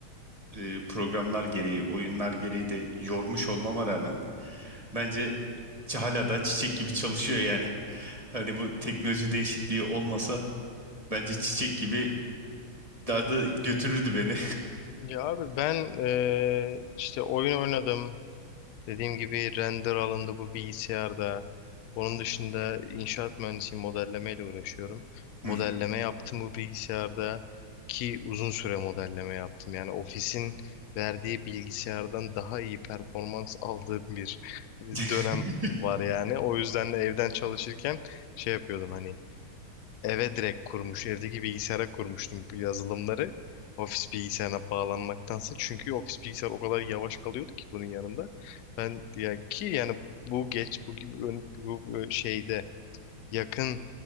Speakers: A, on the right; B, on the left.
A: e, programlar gereği, oyunlar gereği de yormuş olmama rağmen bence ç- hala da çiçek gibi çalışıyor yani. Hani bu teknoloji değişikliği olmasa bence çiçek gibi daha da götürürdü beni.
B: Ya abi ben e, işte oyun oynadım. Dediğim gibi render alındı bu bilgisayarda. Onun dışında inşaat mühendisiyim, modellemeyle uğraşıyorum. Modelleme
A: <laughs> Hı hı.
B: yaptım bu bilgisayarda ki uzun süre modelleme yaptım. Yani ofisin verdiği bilgisayardan daha iyi performans aldığım bir <laughs>
A: <laughs>
B: dönem var yani. O yüzden de evden çalışırken şey yapıyordum hani eve direkt kurmuş. Evdeki bilgisayara kurmuştum bu yazılımları. Ofis bilgisayarına bağlanmaktansa. Çünkü ofis bilgisayar o kadar yavaş kalıyordu ki bunun yanında. Ben ya ki yani bu geç bu gibi ön- bu bu şeyde yakın